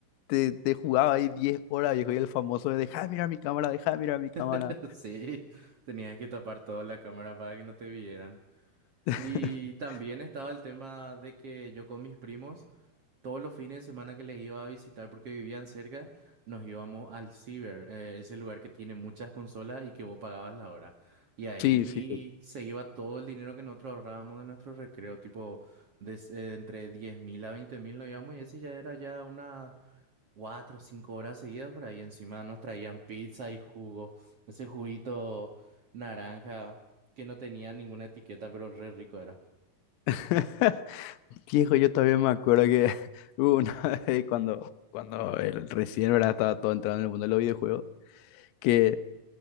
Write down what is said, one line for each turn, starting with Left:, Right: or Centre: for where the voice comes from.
Left: te, te jugaba ahí 10 horas, viejo, y el famoso de, deja de mirar mi cámara, deja de mirar mi cámara.
Right: <laughs> sí, tenías que tapar toda la cámara para que no te vieran.
Left: <laughs>
Right: Y también estaba el tema de que yo con mis primos Todos los fines de semana que les iba a visitar porque vivían cerca, nos íbamos al Ciber, eh, ese lugar que tiene muchas consolas y que vos pagabas la hora. Y ahí
Left: Sí, sí.
Right: se iba todo el dinero que nosotros ahorrábamos de nuestro recreo, tipo des- eh, entre diez mil a veinte mil nos íbamos y ese ya era ya unas 4 o 5 horas seguidas por ahí. Encima nos traían pizza y jugo, ese juguito naranja que no tenía ninguna etiqueta, pero re rico era.
Left: <laughs> Viejo, yo todavía me acuerdo que <laughs> hubo una vez cuando, cuando el- recién, ¿verdad? Estaba todo entrando en el mundo de los videojuegos, que